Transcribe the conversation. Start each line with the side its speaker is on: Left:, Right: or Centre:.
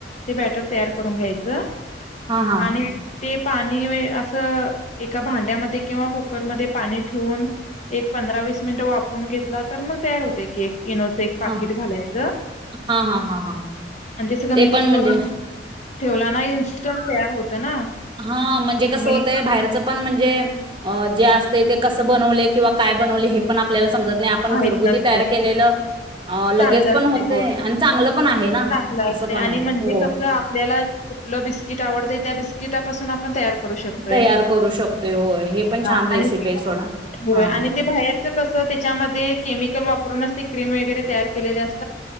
Left: ते बॅटर तयार करून घ्यायचं.
Right: हा हा.
Left: आणि ते पाणी वे असं एका भांड्यामध्ये किंवा कुकरमध्येध्ये पाणी ठेवून, एक पंधरा वीस मिनिट वापरून घेतला, तर मग तयार होतंय केक. ईनोचं एक पाकिट
Right: हा
Left: घालायचं
Right: हा हा हा हा हा.
Left: आणि ते सगळं मिक्स
Right: पण म्हणजे
Left: करून ठेवला ना, इन्स्टंट तयार होतं. ना
Right: हा म्हणजे
Left: आणि
Right: कसं होतंय, बाहेरचंपण म्हणजे अं जे असतंय ते कस बनवलंय किंवा काय बनवलंय हे पण आपल्याला समजत नाही. आपण
Left: माहित
Right: घरगुती
Left: नसते
Right: तयार केलेलं लगेच
Left: चांगलं
Right: पण
Left: असते
Right: होतंय
Left: होय
Right: आणि चांगल पण आहे ना,
Left: चांगलं
Right: असं
Left: असतंय
Right: पण
Left: आणि
Right: आहे.
Left: म्हणजे
Right: हो,
Left: कसं आपल्याला कुठलं बिस्किट आवडतंय त्या बिस्किटापासून आ पण तयार करु शकतोय
Right: तयार करू शकतोय. होय, हे पण छान
Left: आणि
Right: रेसिपी आहे सोडा.
Left: होय
Right: हां,
Left: आणि ते बाहेरच कसं त्याच्यामध्ये केमिकल वापरूनच ते क्रीम वगैरे तयार केलेले अस